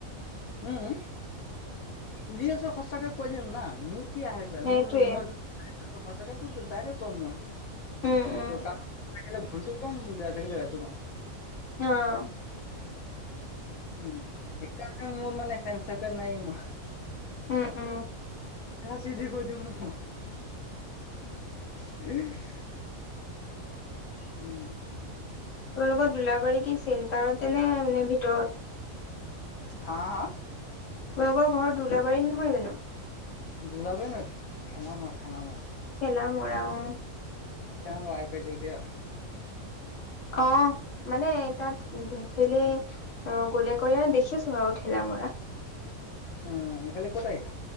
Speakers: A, on the left; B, on the left.
A: উম-উম! <inaudible> যি আছোঁ সঁচাকে কৈ দিম না মোৰ <unintelligible> কি আহে যায়।
B: সেইটোৱে
A: মোৰ মই <unintelligible> সঁচাকেটো ডাইৰেক্ট ক'ম মই। <unintelligible>
B: উম উম
A: ভুলটো কম, বেয়া থাকিলে বেয়াটো কম।
B: অঁ <unintelligible>
A: উম! সেইকাৰণে মোৰ মানে ফেণ্ড চাৰ্কোল নাই মোৰ। <unintelligible>
B: উম-উম <inaudible>
A: <unintelligible> উম'।
B: তোমালোকৰ দুলাবাৰি কি চেণ্টাৰতে নে, নে ভিতৰত?
A: হা, হা?
B: তোমালোকৰ ঘৰ দোলাবাৰীত নহয় জানো?
A: দুলাবাৰী নহয় তোমাৰ, থেলামৰ-থেলামৰা
B: থেলামৰা অ'।
A: <unintelligible>
B: অ', মানে তাত সেফেলে গলে কয় আও, দেখিছোঁ থেলামৰা।
A: অ' এইফালে ক'ত আহিছাঁ?